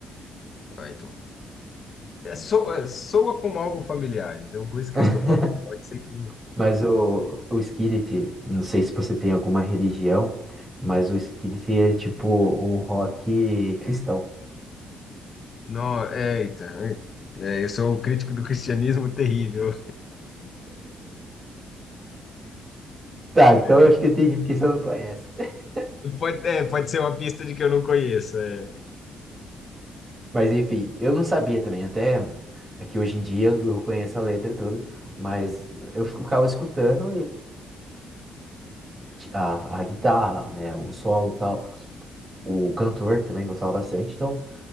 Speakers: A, on the left (about 50°); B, on the right (about 30°).
A: Ah, então. É, soa, soa como algo familiar, então por isso que
B: <laughs>
A: eu estou falando. Pode ser que.
B: Mas o, o Skillet, não sei se você tem alguma religião, mas o Skillet é tipo um rock cristão.
A: Não, é, eita. É, É, eu sou um crítico do cristianismo <laughs> terrível.
B: Tá, então
A: É,
B: eu acho que eu entendi porque você não conhece. <laughs>
A: pode, é, pode ser uma pista de que eu não conheço. é. <laughs>
B: Mas enfim, eu não sabia também, até aqui hoje em dia eu eu conheço a letra toda, mas eu ficava escutando e a, a guitarra, né, o solo e tal. O cantor também gostava bastante, então